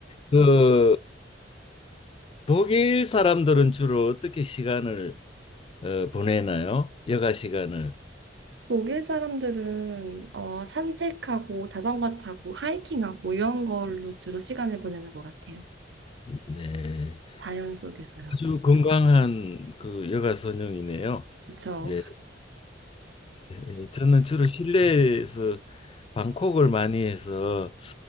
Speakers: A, on the left; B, on the right.
A: 그 독일 사람들은 주로 어떻게 시간을 어, 보내나요? 여가 시간을.
B: 독일 사람들은 어, 산책하고 자전거 타고 하이킹하고 이런 걸로 주로 시간을 보내는 것 같아요.
A: 네.
B: 자연 속에서라고.
A: 아주 건강한 그 여가 선용이네요
B: 그렇죠.
A: 예. 예, 저는 주로 실내에서 방콕을 많이 해서